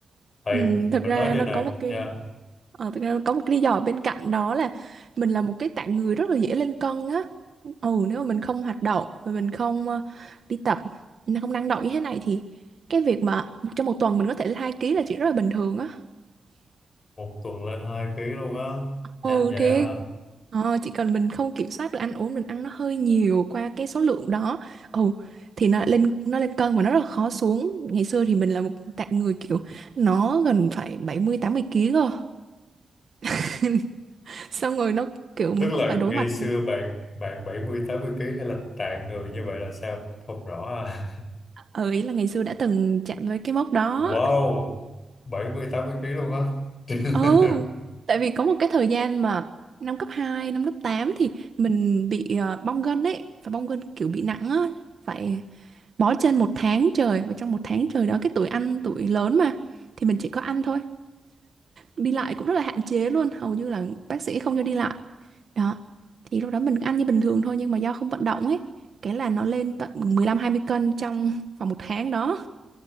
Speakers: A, on the left; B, on the right.
A: thầy
B: Ừ, thực
A: mình
B: ra
A: nói điều
B: nó
A: này
B: có một cái
A: nha
B: ờ, thực ra nó có một cái lý do bên cạnh đó là mình là một cái tạng người rất là dễ lên cân á ừ nếu mà mình không hoạt động và mình không ờ, đi tập mình không năng động như thế này thì cái việc mà trong một tuần mình có thể lên hai ký là chuyện rất là bình thường á
A: một tuần lên 2 ký luôn á nhanh
B: ừ
A: vậy
B: thì
A: hả
B: ờ, chỉ cần mình không kiểm soát được ăn uống mình ăn nó hơi nhiều qua cái số lượng đó ừ thì nó lên nó lên cân mà nó rất là khó xuống ngày xưa thì mình là một tạng người kiểu nó gần phải bảy mươi tám mươi ký cơ <laughs> xong rồi nó kiểu mình
A: tức là
B: cũng phải đối
A: ngày
B: mặt
A: xưa bạn bạn bảy mươi tám mươi ký hay là tạng người như vậy là sao không rõ à
B: ừ ý là ngày xưa đã từng chạm với cái mốc
A: <laughs>
B: đó
A: wow bảy mươi tám mươi ký luôn á <laughs>
B: ừ tại vì có một cái thời gian mà năm cấp hai năm lớp 8 thì mình bị ờ, bong gân ấy và bong gân kiểu bị nặng á phải bó chân một tháng trời và trong một tháng trời đó cái tuổi ăn tuổi lớn mà thì mình chỉ có ăn thôi đi lại cũng rất là hạn chế luôn hầu như là bác sĩ không cho đi lại đó thì lúc đó mình ăn như bình thường thôi nhưng mà do không vận động ấy cái là nó lên tận 15-20 cân trong vòng một tháng đó